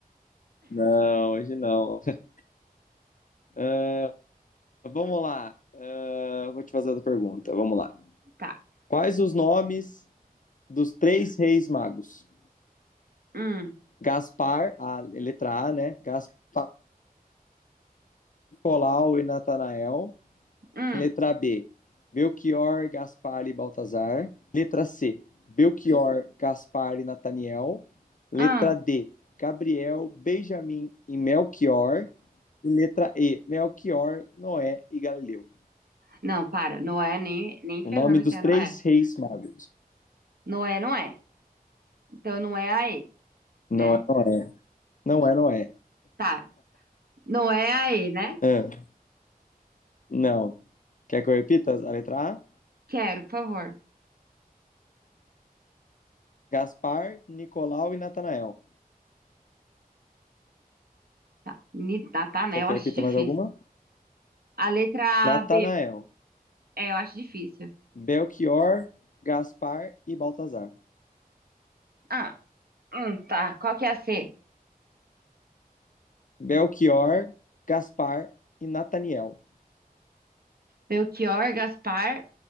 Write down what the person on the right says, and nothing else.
Tá.
Hum,
hum,
hum.
Não, para. Noé nem, nem
ferrando
que é
Noé.
Noé não é. Então não é a E,
né?
Tá. Não é a E, né?
Quero, por favor.
Tá, Ni- tá, tá, né?
Eu
acho
difícil.
A letra
B, É, eu acho difícil.
Ah, hum, tá. Qual que é a C?
Belchior, Gaspar